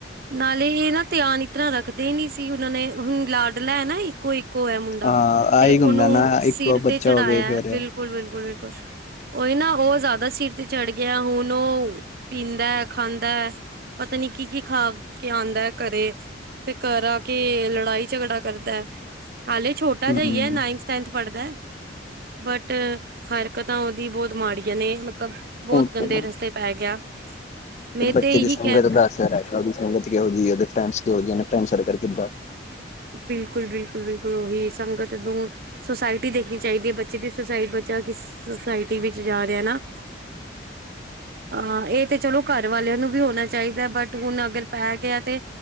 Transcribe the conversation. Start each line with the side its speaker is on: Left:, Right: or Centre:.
Right: ਨਾਲੇ ਇਹ ਨਾ ਧਿਆਨ ਇਸ ਤਰ੍ਹਾਂ ਰੱਖਦੇ ਹੀ ਨੀ ਸੀ। ਉਹਨਾਂ ਨੇ ਹੁਣ ਲਾਡਲਾ ਐ ਨਾ ਇੱਕੋ-ਇੱਕ ਇੱਕੋ ਐ ਮੁੰਡਾ
Left: ਹਾਂ
Right: ਤੇ
Left: ਆਹੀ
Right: ਉਹਨੂੰ
Left: ਹੁੰਦਾ ਨਾ
Right: ਸਿਰ
Left: ਇੱਕੋ
Right: ਤੇ
Left: ਬੱਚਾ
Right: ਚੜਾਇਆ,
Left: ਹੋਵੇ ਫੇਰ
Right: ਬਿਲਕੁਲ ਬਿਲਕੁਲ-ਬਿਲਕੁਲ-ਬਿਲਕੁਲ ਉਹੀ ਨਾ ਉਹ ਜ਼ਿਆਦਾ ਸਿਰ ਤੇ ਚੜ ਗਿਆ ਹੁਣ ਉਹ ਪੀਂਦਾ ਹ। ਖਾਂਦਾ ਹੈ ਪਤਾ ਨੀ ਕੀ-ਕੀ ਖਾ ਕੇ ਆਉਂਦਾ ਹੈ ਘਰੇ। ਫਿਰ ਘਰ ਆ ਕੇ ਲੜਾਈ ਝਗੜਾ ਕਰਦਾ ਹੈ। ਹਾਲੇ ਛੋਟਾ
Left: ਹੂੰ
Right: ਜਾ ਹੀ ਹੈ ਨਾਈਨਥ ਟੈੈਂਥ ਪੜ੍ਹਦਾ ਹਾ ਬਟ। ਹਰਕਤਾਂ ਉਹਦੀ ਬਹੁਤ ਮਾੜੀਆਂ ਨੇ ਮਤਲਬ ਬਹੁਤ
Left: ਉਹ
Right: ਗੰਦੇ
Left: ਤੇ
Right: ਰਸਤੇ ਪੈ ਗਿਆ। ਮੈਂ
Left: ਬੱਚੇ
Right: ਤੇ
Left: ਦੀ
Right: ਇਹੀ
Left: <unintelligible>
Right: ਕਹਿ
Left: ਕਿ ਓਦੀ ਸੰਗਤ ਕਿਹੋ-ਜਿਹੀ ਹੈ, ਓਦੇ ਫਰੈਂਡਸ ਕਿਹੋ ਜੇ ਨੇ। ਫਰੈਂਡਸਡ ਸਰਕਲ ਕਿੱਦਾਂ
Right: ਬਿਲਕੁਲ ਬਿਲਕੁਲ ਬਿਲਕੁਲ ਉਹੀ ਸੰਗਤ ਦੋ ਸੋਸਾਇਟੀ ਦੇਖਣੀ ਚਾਹੀਦੀ ਹੈ ਬੱਚੇ ਦੀ ਸੋਸਾਇਟੀ ਜਾਂ ਕਿਸ ਸੁੋਸਾਇਟੀ ਵਿਚ ਜਾ ਰਿਹਾ ਨਾ। ਹਾਂ। ਇਹ ਤੇ ਚਲੋ ਘਰ ਵਾਲਿਆਂ ਨੂੰ ਵੀ ਹੋਣਾ ਚਾਹੀਦਾ, ਬਟ ਹੁਣ ਅਗਰ ਪੈ ਗਿਆ ਤੇ